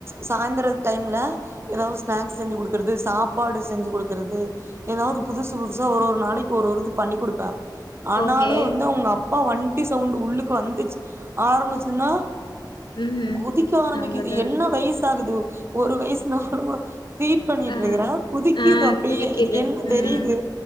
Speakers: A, on the right; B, on the left.
A: சாய்ந்தர டைம்ல ஏதாது ஒரு ஸ்நாக்ஸ் செஞ்சு குடுக்கறது சாப்பாடு செஞ்சு குடுக்குறது ஏதாவது புதுசு புதுசா ஒரு ஒரு நாளைக்கு ஒரு ஒரு இது பண்ணி குடுப்பே ஆனாலு
B: ஓகே
A: வந்து அவங்க அப்பா வண்டி சவுண்டு உள்ளுக்கு வந்துச்சு ஆரம்பிச்சதுன்னா
B: ம்
A: குதிக்க ஆரம்பக்கிது
B: அவங்க தான்
A: என்ன வயசாகுது ஒரு வயசு நாலு மா ஃபீட் பண்ணிட்டு
B: ஆ
A: இருக்குற குதிக்குது
B: ஆ
A: அப்படியே
B: குதிக்குது
A: இதுக்கு என்ன
B: ம்
A: தெரியுது